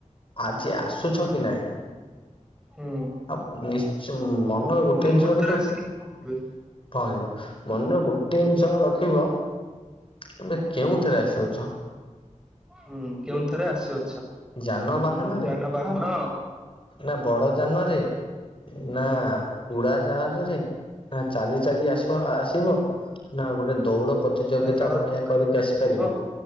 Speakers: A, on the left; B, in the centre.
A: ଆଜି ଆସୁଛ
B: ହଁ
A: କି ନାଇଁ।
B: ହୁଁ।
A: ଆଉ ନି୍ଶଚ ମନର ଗୋଟିଏ
B: କୋଉ ମୁହୂର୍ତ୍ତରେ
A: ଜିନିଷର ହେଇଯିବ
B: ଆସିକି ପହଞ୍ଚିବେ
A: ମନେ ଗୋଟିଏ
B: ହୁଁ
A: ଜିନିଷ ରଖିବ ତମେ କେଉଁଥିରେ ଆସୁଅଛ।
B: ହୁଁ କେଉଁଥିରେ ଆସୁ ଅଛ ହୁଁ
A: ଯାନବାହାନରେ
B: ଯାନବାହାନ
A: ନା ବଡ ଯାନରେ, ନା
B: ହୁଁ
A: ଉଡା ଜାହାଜରେ ନା ଚାଲି ଚାଲି ଆସିବ ଆସିବ ନା ଗୋଟେ ଦୌଡ ପ୍ରତିଯୋଗିତା
B: ନା ଜଳ
A: ଭଳିଆ କରିକି ଆସିପାରିବ।
B: ଥିବ